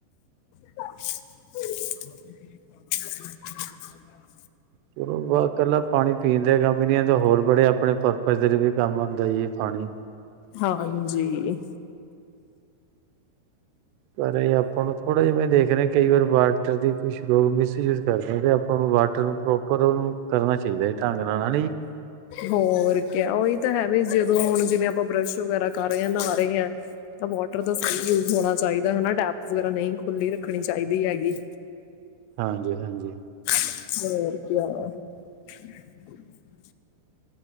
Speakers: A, on the left; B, on the right.
A: <unintelligible>
B: ਚਲੋ ਵ ਇਕੱਲਾ ਪਾਣੀ ਪੀਣ ਦੇ ਕੰਮ ਹੋਰ ਬੜੇ ਆਪਣੇ ਪਧਰ ਵੀ ਕੰਮ ਆਦਾ ਜੀ ਪਾਣੀ
A: ਹਾਂਜੀ
B: ਪਰ ਆਪਾਂ ਨੂੰ ਥੋੜਾ ਜਿਵੇਂ ਦੇਖ ਰਹੇ ਕਈ ਵਾਰ ਵਾਟਰ ਦੀ ਕੁਛ ਲੋਕ ਮਿਸਯੂਜ ਕਰਦੇ ਤੇ ਆਪਾਂ ਉਹਨੂੰ ਵਾਟਰ ਨੂੰ ਪ੍ਰੋਪਰ ਉਹਨੂੰ ਕਰਨਾ ਚਾਹੀਦਾ ਹੈ ਢੰਗ ਨਾਲ ਹਨਾ ਜੀ
A: ਹੋਰ ਕਿਆ ਉਹੀ ਤਾਂ ਹੈ ਵੀ ਜਦੋਂ ਹੁਣ ਜਿਵੇਂ ਆਪਾਂ ਬਰਸ਼ ਵਗੈਰਾ ਕਰ ਰਹੇ ਹਾਂ ਨਹਾ ਰਹੇ ਹ ਤਾਂ ਵਾਟਰ ਦਾ ਸਹੀ ਯੂਜ ਹੋਣਾ ਚਾਹੀਦਾ ਹਨਾ ਟੈਪ ਵਗੈਰਾ ਨਹੀਂ ਖੁੱਲੀ ਰੱਖਣੀ ਚਾਹੀਦੀ ਹੈਗੀ।
B: ਹਾਂਜੀ ਹਾਂਜੀ।
A: ਹੂੰ ਆ <unintelligible>